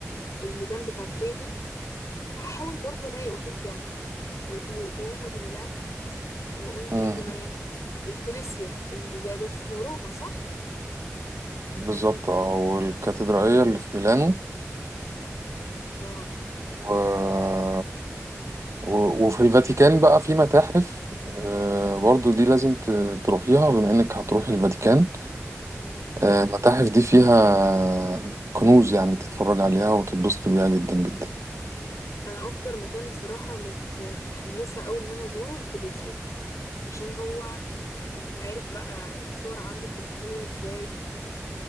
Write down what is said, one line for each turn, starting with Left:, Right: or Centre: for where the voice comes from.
Left: الميدان بتاع تريفي هحاول برضو الاقي اوتيل جنبه ودي دومو دي ميلانو وقلنا
Right: مم،
Left: ايه كمان الكوليسيوم اللي ده, ده في روما صح
Right: بالظبط اه والكاتدرائية اللي في ميلانو
Left: اه
Right: و... و- وفي الفاتيكان بقى في متاحف آه، برضو دي لازم ت- تروحيها بما انك هتروحي الفاتيكان
Left: امم
Right: آه، المتاحف دي فيها كنوز يعني تتفرج عليها وتتبسط بيها جدا جدا
Left: انا اكتر مكان بصراحه مت متحمسه قوي ان انا ازوره الكوليسيوم عشان هو انت عارف بقى الصور عنده بتبقى حلوه ازاي